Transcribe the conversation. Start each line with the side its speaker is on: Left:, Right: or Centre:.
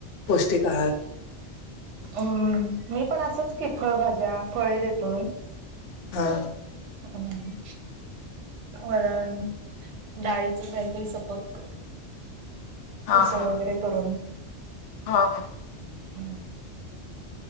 Left: पौष्टिक आहार.
Right: अम्म. मी पण असच की, फळभाज्या, फळे देतो.
Left: हा.
Right: हम्म. वरण, डाळीचं काहीतरी सपक
Left: हा
Right: उसळ
Left: हा
Right: वगैरे करून.
Left: हा हा.
Right: हम्म.